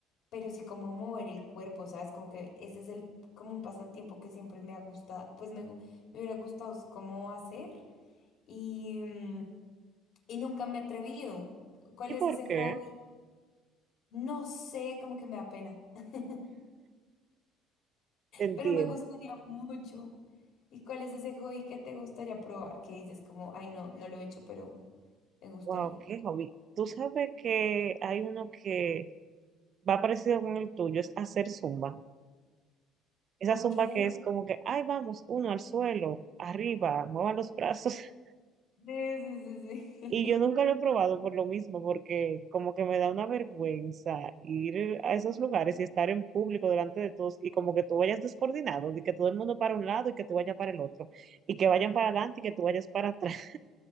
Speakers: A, on the left; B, on the right.
A: pero sí como mover el cuerpo, ¿sabes? Como que ese es el, como un pasatiempo que siempre me ha gustado, pues me, gu- me hubiera gustado s- como hacer. Y... mm, y nunca me he atrevido. ¿Cuál
B: ¿Y
A: es
B: por
A: ese
B: qué?
A: hobby? No sé, como que me da pena, <laughs>
B: Entiendo.
A: pero me gustaría mucho. ¿Y cuál es ese hobby que te gustaría probar? Que dices como, ay, no, no lo he hecho, pero me gustaría.
B: Wow, qué hobby. Tú sabes que hay uno que va parecido con el tuyo, es hacer zumba. Esa
A: Ok.
B: zumba que es
A: <laughs>
B: como que, ay, vamos, uno al suelo, arriba, muevan los brazos. <laughs>
A: Sí, sí, sí, sí.
B: Y yo nunca lo
A: <laughs>
B: he probado por lo mismo, porque como que me da una vergüenza ir a esos lugares y estar en público delante de todos y como que tú vayas descoordinado, de que todo el mundo para un lado y que tú vayas para el otro, y que vayan para adelante y que tú vayas para atrás.